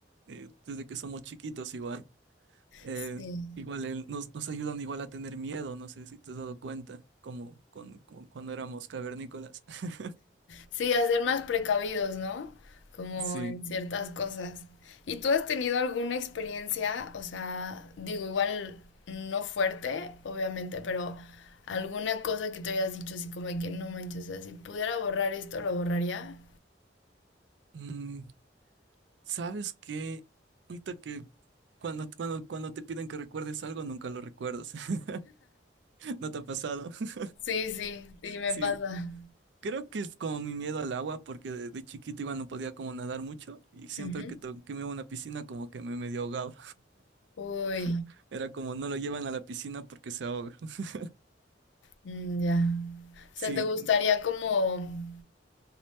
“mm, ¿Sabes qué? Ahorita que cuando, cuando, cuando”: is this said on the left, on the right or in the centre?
Right